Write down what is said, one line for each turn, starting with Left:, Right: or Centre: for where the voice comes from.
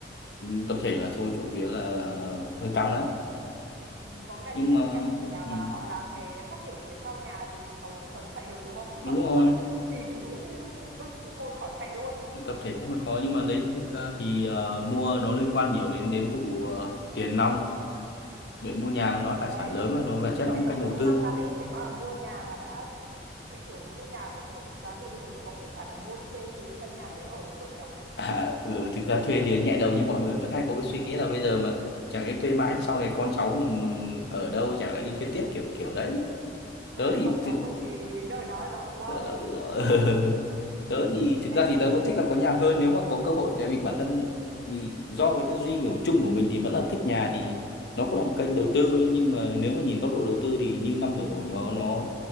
Left: ừ, tập thể là thôi trộm vía là, là, là hơi căng đấy
Right: Ừ, có nghĩa là
Left: nhưng
Right: những cái
Left: mà
Right: nhà tập thể nào
Left: ừ,
Right: mà họ làm cái thoát hiểm ở phía sau nhà thì có gì còn chạy được đúng không chứ
Left: đúng
Right: còn
Left: rồi
Right: nếu mà là kín như, như bưng thì thôi khỏi chạy luôn
Left: tập thể cũng hơi khó nhưng mà đấy thực ra thì ờ, mua nó liên quan nhiều đến đến vụ ờ, tiền nong đội mua nhà mà nó
Right: thì
Left: tài
Right: đấy
Left: sản lớn mà nó bản chất
Right: tại
Left: nó
Right: vì
Left: cũng
Right: tớ
Left: kênh đầu
Right: cũng
Left: tư
Right: lăn tăn ấy nếu mà mua nhà mà đã mẹ kiểu mua nhà mà cũng phải tính toán nhiều như thế thì có khi chả cần mua đi thuê xứ căn nhà nào đấy ở cũng được nhỉ
Left: à, ừ, thực ra thuê thì nhẹ đầu nhưng mọi người vẫn hay có cái suy nghĩ là bây giờ mà chẳng lẽ thuê mãi sau này con cháu mình ở đâu chẳng lẽ đi thuê tiếp kiểu kiểu đấy tớ
Right: thôi
Left: thì
Right: con
Left: tự
Right: cháu mình thì đến đời nó nó tự lo
Left: tớ là
Right: chứ
Left: tự là <laughs> tớ thì thực
Right: để
Left: ra thì tớ vẫn thích là có nhà hơn nếu mà có cơ hội tại vì bản thân vì do cái tư duy kiểu chung của mình thì vẫn là thích nhà thì nó cũng là một kênh đầu tư ấy, nhưng mà nếu mà nhìn góc độ đầu tư thì như năm vừa rồi nó nó